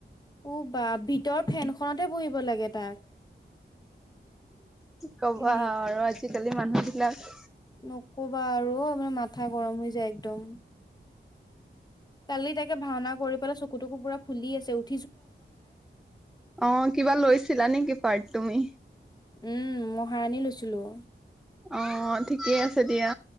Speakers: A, on the left (about 20°); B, in the centre.
A: উ বা ভিতৰ ফেনখনতে বহিব লাগে তাক
B: কি কবা
A: এনে
B: আৰু আজিকালি মানুহ বিলাক।
A: নকবা আৰু ঐ মানে মাথা গৰম হৈ যায় একদম। কালি তাকে ভাওনা কৰি পেলাই চকু টকু পুৰা ফুলি আছে উঠ
B: অ কিবা লৈছিলা নেকি পাৰ্ট তুমি
A: উম মহাৰণী লৈছিলো।
B: অ ঠিকেই আছে দিয়া